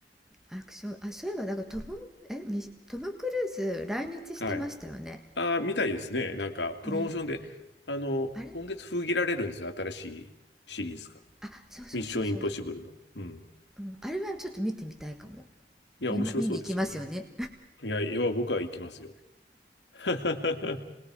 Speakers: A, in the centre; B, on the left.
A: アクションあそういえばだからトムえミシトム・クルーズ来日してましたよね
B: はい。ああ、みたいですね。なんか、プロモーションで、
A: ね
B: あの、
A: あれ
B: 今月封切られるんですよ。新しいシリーズが。
A: あそうそうそうそう、
B: ミッションインポッシブルの。うん。
A: うん、あれはちょっと見てみたいかも
B: いや、
A: 見,、
B: 面白そうですよね。
A: ま、見に行きますよね
B: いや、いや、僕は行きますよ。<laughs>